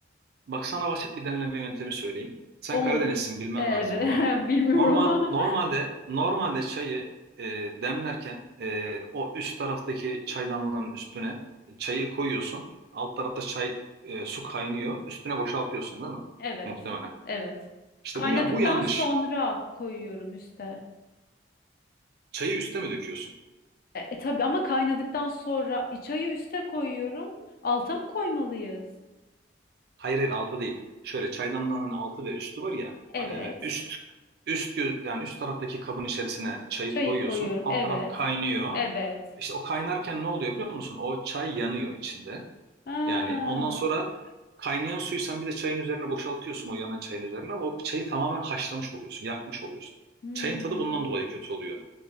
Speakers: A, on the right; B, on the left.
A: bak sana basit bir demleme yöntemi söyleyeyim. Sen
B: Olur.
A: Karadenizsin bilmen
B: Evet.
A: lazım bunu.
B: <laughs> Bilmiyorum
A: Normal
B: ama.
A: normalde normalde çayı e, demlerken e, o üst taraftaki çaydanlığın üstüne çayı koyuyorsun. Alt tarafta çay e, su kaynıyor. Üstüne boşaltıyorsun değil
B: <laughs>
A: mi?
B: Evet.
A: Muhtemelen.
B: Evet.
A: İşte
B: Kaynadıktan
A: bu ya- bu yanlış.
B: sonra koyuyorum üste.
A: Çayı üste mi döküyorsun?
B: E, e, tabii ama kaynadıktan sonra e, çayı üste koyuyorum. Alta mı koymalıyız?
A: Hayır hayır altı değil. Şöyle çaydanlığın hani altı ve üstü var ya.
B: Evet.
A: e, üst üst gö- yani üst taraftaki kabın içerisine çayı
B: Çayı
A: koyuyorsun.
B: koyuyorum.
A: Alt
B: Evet.
A: taraf kaynıyor.
B: Evet.
A: İşte o kaynarken ne oluyor biliyor musun? O çay yanıyor içinde.
B: Ha.
A: Yani ondan sonra kaynayan suyu sen bir de çayın üzerine boşaltıyorsun o yanan çayın üzerine. O çayı tamamen haşlamış oluyorsun, yakmış oluyorsun.
B: Hmm.
A: Çayın tadı bundan dolayı kötü oluyor.